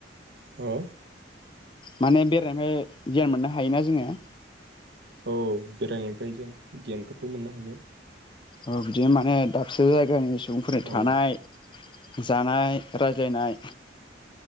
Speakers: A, on the right; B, on the left.
A: औ
B: माने बेरायनायनिफ्राय गियान मोननो हायोना जोङो
A: औ बेरायनायनिफ्राय जों गियानखौथ' मोननो हायो
B: औ बिदि माने दाबसे जायगानि सुबुंफोरनि
A: औ
B: थानाय जानाय रायज्लायनाय